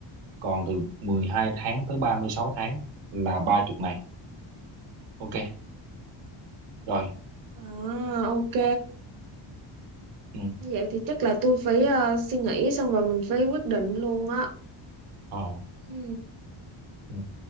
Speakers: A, on the right; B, on the right.
A: còn từ 12 tháng tới 36 tháng là 30 ngày ok rồi
B: à, ok
A: ừ.
B: như vậy thì chắc là tôi phải ờ, suy nghĩ xong rồi mình phải quyết định luôn á
A: Ờ. Ờ.
B: ừ.
A: Ừ.